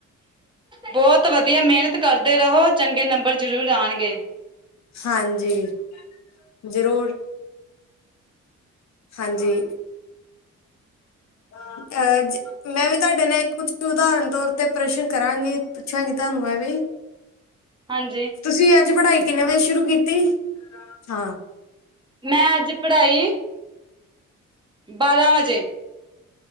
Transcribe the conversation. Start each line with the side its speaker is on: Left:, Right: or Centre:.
Right: ਬਹੁਤ ਵਧੀਆ ਮਿਹਨਤ ਕਰਦੇ ਰਹੋ ਚੰਗੇ ਨੰਬਰ ਜ਼ਰੂਰ ਆਉਣਗੇ।
Left: ਹਾਂਜੀ। ਜ਼ਰੂਰ। ਹਾਂਜੀ। ਅਹ ਮੈਂ ਵੀ ਤੁਹਾਡੇ ਨਾਲ ਇੱਕ ਕੁਛ ਉਦਾਹਰਨ ਤੌਰ ਤੇ ਪ੍ਰਸ਼ਨ ਕਰਾਂਗੀ? ਪੁੱਛਾਂਗੀ। ਤੁਹਾਨੂੰ ਮੈਂ ਵੀ?
Right: ਹਾਂਜੀ।
Left: ਤੁਸੀਂ ਅੱਜ ਪੜ੍ਹਾਈ ਕਿੰਨੇ ਵਜੇ ਸ਼ੁਰੂ ਕੀਤੀ? ਹਾਂ।
Right: ਮੈਂ ਅੱਜ ਪੜ੍ਹਾਈ ਬਾਰਾਂ ਵਜੇ।